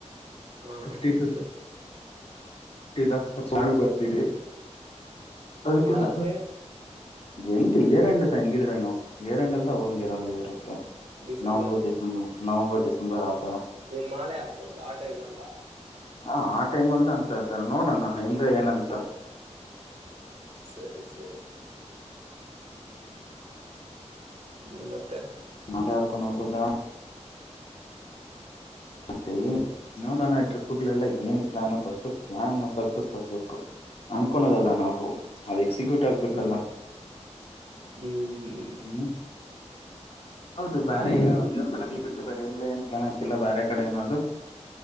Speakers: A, on the right; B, on the left.
A: ಹಾ
B: ಫಿಫ್ಟಿ ಫಿಫ್ಟಿ
A: ಸರಿ
B: ಇದ ಸ್ವಲ್ಪ ನಾನು ಬರ್ತಿದೆಿ ಅದಕ್ಕೋಸ್
A: ಯಾವಾಗ
B: ಹೆಂಗ ಏರ್ಂಡದ ಹೆಂಗಿದಿ್ರನು ಏರ್ಂಡಲ್ದ ಹಂಗಿರೋ ಇರುತ್ತೆ
A: December
B: November December November December ಆತಾರ
A: ನಿನ್ ಮಾಲೆ ಹಾಕೊಂಡ ಆ ಟೈಮ್ ಅಲ್ಲ.
B: ಹಾ ಆ ಟೈಮ ಅಲ್ದ ಅನ್ಂತತೆ ನೋಡೋಣ ಹಿಂದೆ ಏನಂತ
A: ಹ ಸರಿ ಸರಿ. ಹ್ಮ ಮತ್ತ
B: ಮಾಲಿ ಹಾಕೊಂದ ಹೋಗುದಾ. ಮತ್ತೆ ನೋಡೋಣ ಈ ಟ್ರಿಪ್ ಗಳೆಲ್ಲ ಏನ್ ಪ್ಲಾನ್ ಫಸ್ಟ್. ಪ್ಲಾನ್ ಸಕ್ಸಸ್ ಆಗ್ಬೇಕು ಅನ್ಕೋನದಲ್ಲ ನಾವು ಅದಕ್ಕ ಸಿಗು ಟ್ಟಾಗಬೇಕಲ್ಲ
A: ಹ್ಮ್ ಹ್ಮ್ ಹ್ಮ್
B: ಹ್ಮ. ಹೌದು ಬಾರಿ ದೇವಸ್ಥಾನದಲ್ಲಿ ಬಿಟ್ಟು ಬೇರೆ ಇಲ್ಲೇ ಏನ್ ಪ್ಲಾನ್ ಹಾಕಿಲ್ಲ ಬ್ಯಾರೆ ಕಡೆ ಅದು